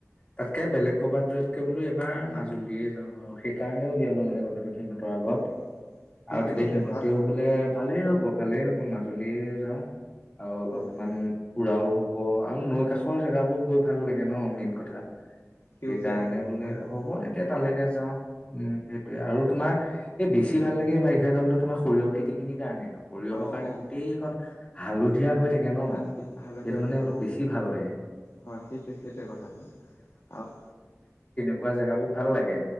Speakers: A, on the left (about 25°); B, on the left (about 60°).
A: তাতকে বেলেগ কৰ'বাত দতকে বোলো এইবাৰ মাজুলীয়ে যাওঁ। অ ', সেইকাৰণে উলিয়ালো মানে কথাটো সিহঁতৰ আগত
B: অ সেইটোৱে
A: আৰু তেতিয়া
B: সেইটোৱে
A: সিহঁতেও
B: ভাল
A: বোলে ভালে হ'ব ভালেই হ', মাজুলীয়ে যাওঁ। আৰু অলপমান
B: অ অ
A: পুৰাও হ', অ ', আৰু নৈ কাষ আখৰ জেগাবোৰ গৈ ভাল লাগে। ন মেইন কথা
B: সেউজীয়া
A: সেইকাৰণে বোলে
B: পৰিৱেশ
A: হ'ব
B: হয়
A: তেতিয়া তালৈকে যাওঁ। উম', সেইটোয়ে আৰু তোমাৰ এই বেছি ভাল লাগে বাৰিষা কালতো তোমাৰ সৰিয়হ খেতি খিনিৰ কাৰণেও। সৰিয়হৰ
B: অ
A: কাৰণে
B: অ
A: গোটেইখন হালধি ধীয়া হৈ থাকে ন
B: হালধীয়া হালধীয়া
A: সেইটো
B: হৈ
A: মানে
B: থাকে
A: অলপ
B: অ
A: বেছি ভাল লাগে।
B: হয়', সেইটোৱে - সেইটোৱে কথাটো আৰু
A: কোৱা জেগাবোৰ ভাল লাগে।